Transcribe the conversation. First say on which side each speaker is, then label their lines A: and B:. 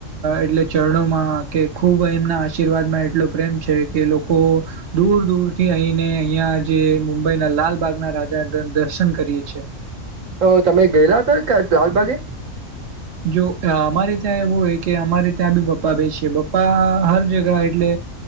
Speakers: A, on the right; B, on the right.
A: એટલે ચરણોમાં કે ખૂબ એમના આશીર્વાદમાં એટલો પ્રેમ છે કે લોકો દૂર દૂર થી અહીને અહિયાં જે મુંબઈના લાલબાગના રાજા દર્શન કરીએ છીએ
B: હ તમે ગયેલા હતા લાલબાગે.
A: જો અમારે ત્યાં એવું હો કે અમારે ત્યાં બી પપ્પા બે છેપ્પા ા હર જગા એટલે